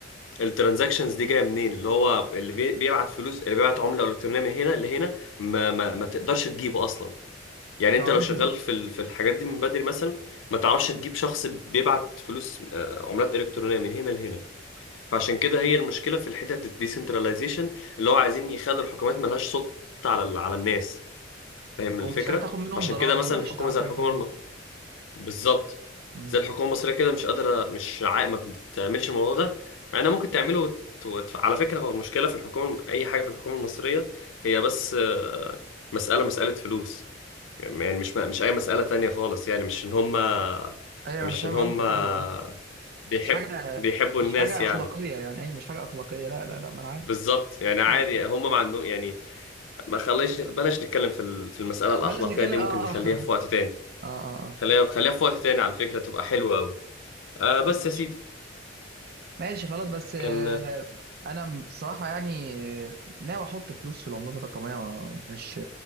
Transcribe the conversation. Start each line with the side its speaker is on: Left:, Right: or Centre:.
Left: الترانزاكشنز دي جايه منين اللي هو اللي بي- بيبعت فلوس اللي بيبعت عمله الكترونيه من هنا لهنا ما ما, ما تقدرش تجيبه اصلا يعني انت
Right: فما
Left: لو
Right: فيش
Left: شغال في ال- في الحاجات دي من بدري مثلا ما تعرفش تجيب شخص بيبعت فلوس آه، عملات الكترونيه من هنا لهنا فعشان كده هي المشكله في الحته الديسنتراليزيشن اللي هو عايزين يخلوا الحكومات ملهاش سلطه على ال- على الناس فاهم
Right: ومش
Left: الفكرة؟
Right: هتعرف تاخد منهم
Left: فعشان
Right: ضرائب
Left: كده مثلا الحكومة
Right: مش هتعرف
Left: زي
Right: تاخد
Left: الحكومة
Right: منهم
Left: الم... بالظبط
Right: مم.
Left: زي الحكومة المصرية كده مش قادرة مش عا... ما بتعملش الموضوع ده مع انها ممكن تعمله وت... وت... على فكرة هو المشكلة في الحكومة أي حاجة في الحكومة المصرية هي بس آه، مسألة مسألة فلوس يعني يعني مش مش أي مسألة تانية خالص يعني مش إن هما
Right: ايوه
Left: مش
Right: انا فاهم
Left: إن هما
Right: قصدك ايوه
Left: بيحب
Right: مش حاجه
Left: بيحبوا
Right: مش
Left: الناس
Right: حاجه
Left: يعني
Right: اخلاقيه يعني اي مش حاجه اخلاقيه لا لا لا ما انا عارف
Left: بالظبط يعني عادي
Right: مم.
Left: هما ما عندهم يعني ما خليش بلاش نتكلم في ال- في المسألة الأخلاقية
Right: بلاش نتكلم
Left: دي ممكن
Right: اه
Left: نخليها
Right: اه
Left: في وقت تاني
Right: اه اه آه.
Left: خليها خليها في وقت تاني على فكرة تبقى حلوة أوي آه بس
Right: ماشي
Left: يا سيدي
Right: ماشي خلاص بس آه،
Left: كان
Right: انا م- الصراحه يعني آه، ناوي احط فلوس في العملات الرقميه ما- مش